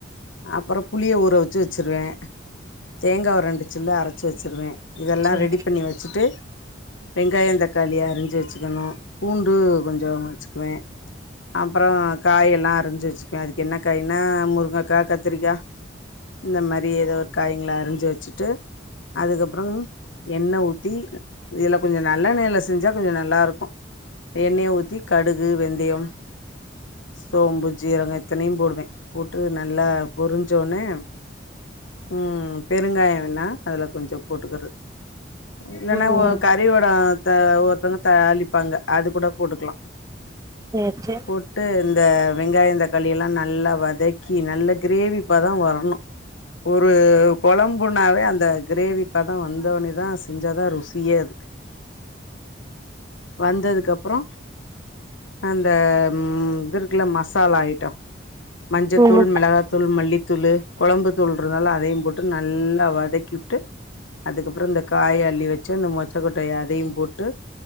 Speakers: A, on the left; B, on the right.
A: அப்பறோ புளிய ஊற வச்சு வச்சிருவே தேங்கா ஒரு ரெண்டுச் சில்லு அரச்சு வச்சிருவே இதெல்லா
B: சேரி
A: ரெடி பண்ணி வச்சுட்டு <unintelligible> வெங்காய தக்காளிய அரிஞ்சு வச்சிக்கணு பூண்டு கொஞ்சோ வச்சுகுவேன் அப்பறோ காயெல்லா அரிஞ்சு வச்சுக்குவே அதுக்கு என்ன காய்ன்னா முருங்கக்கா கத்திரிக்கா இந்த மாரி எதோ ஒரு காயங்கள அரிஞ்சு வச்சுட்டு அதுக்கப்றோ எண்ணெ ஊத்தி இதில கொஞ்சோ நல்லெண்ணெய்ல செஞ்சா கொஞ்சோ நல்லாருக்கு எண்ணெயை ஊத்தி கடுகு வெந்தயம் சோம்பு ஜீரக இத்தனையு போடுவே போட்டு நல்லா பொரிஞ்சோன்னே ம் ம் பெருங்காய வேணா அதுல கொஞ்சோ போட்டுக்கற இல்லன்னா
B: ம் ம்
A: ஒ கறி வடவோ த ஒருத்தங்க தாளிப்பாங்க அது கூட போட்டுக்குலா
B: சேரி சேரி
A: போட்டு இந்த வெங்காயோ தக்காளியெல்லா நல்லா வதக்கி நல்ல கிரேவிப்பத வரணு ஒரு கொழம்புனாவே அந்த கிரேவிப்பத வந்தோன்னேதா செஞ்சாதா ருசியே அதுக்கு வந்ததுக்கப்பறோ அந்த ம் இதுருக்குல மசாலா ஐ மஞ்சத்தூள்
B: ஆமா
A: மிளகாத்தூள் மல்லித்தூளு கொழம்புதூளுன்றதால அதையு போட்டு நல்லா வதக்கிவுட்டு அதுக்கப்றோ இந்த காய அள்ளி வச்சு அந்த மொச்ச கொட் டய அதயு போட்டு